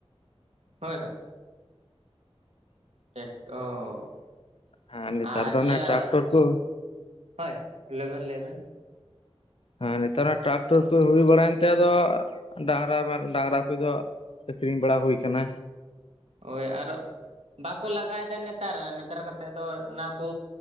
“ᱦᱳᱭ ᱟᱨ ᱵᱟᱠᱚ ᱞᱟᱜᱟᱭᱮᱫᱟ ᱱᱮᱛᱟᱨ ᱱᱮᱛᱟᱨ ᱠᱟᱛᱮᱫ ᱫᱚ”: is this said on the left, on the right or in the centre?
Right